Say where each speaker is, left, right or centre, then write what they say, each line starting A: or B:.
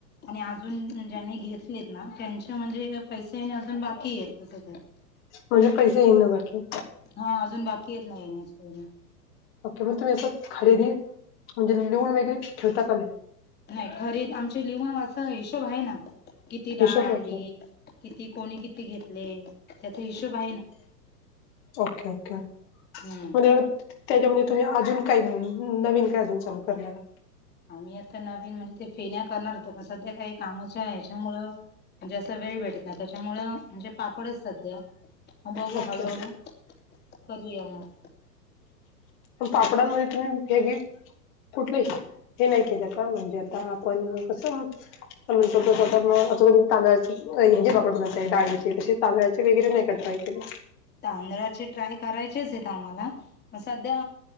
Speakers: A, on the left (about 20°); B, on the left (about 45°).
A: आणि अजून ज्यांनी घेतलेत ना त्यांचे म्हणजे पैसे येने अजून बाकी येतं तसं तर.
B: म्हणजे पैसे येई बाकी?
A: हा अजून बाकी येत ना येण्याचे पैसे.
B: ओके मग तुम्ही अस खरेदी, म्हणजे लिहून वगैरे ठेवता का नाही?
A: नाही खरीेद आमचे लिहून अस हिशोब आहे ना किती
B: हिशोब
A: डाळ आणली.
B: ओके
A: किती कोणी किती घेतले. त्याचा हिशोब आ
B: ओके ओके
A: हम्म
B: पण त्याच्यामध्ये तुम्ही अजून काही नवीन काय अजून चालू करणार ये?
A: आम्ही आता नवीन म्हणजे ते फेण्या करणार होतो पण सध्या काय कामाच्या ह्याच्यामुळं, म्हणजे असं वेळ भेटत नाही त्याच्यामुळ म्हणजे पापडच सध्या, मग बघू
B: ओके
A: हळूहळू. करूया मग.
B: पण पापडांमध्ये तुम्ही हेही कुठलं हे नाही केलं का म्हणजे आता आपण कसं, आपण म्हणतो तो तसं आमच्या घरी तांदळाचे जिरा पापड बनतय डाळीचे तशे. तांदळाचे वगैरे नाही का ट्राय केले?
A: तांदळाचे ट्राय करायचेच येतं आम्हाला, पण सध्या